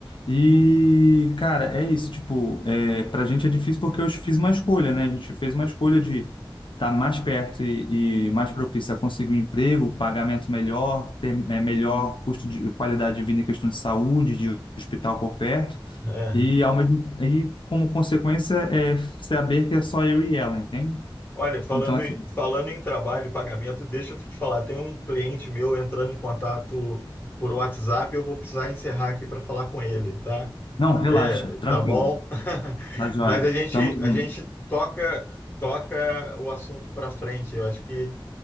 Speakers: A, on the left; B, on the left.
A: E, cara, é isso. Tipo, é, pra gente é difícil porque eu fiz uma escolha, né? A gente fez uma escolha de estar mais perto e, e mais propício a conseguir um emprego, pagamento melhor, ter é, melhor custo de qualidade de vida em questão de saúde, de hospital por perto.
B: É.
A: E, ao mesmo, e como consequência, é saber que é só eu e ela, entende?
B: Olha, falando,
A: Então, assim,
B: em- falando em trabalho e pagamento, deixa eu te falar, tem um cliente meu entrando em contato por WhatsApp, eu vou precisar encerrar aqui para falar com ele, tá?
A: não, relaxa,
B: É, tá
A: tranquilo,
B: bom. <laughs>
A: tá joia.
B: Mas a gente,
A: Tamo junto.
B: a gente toca, toca o assunto para frente. Eu acho que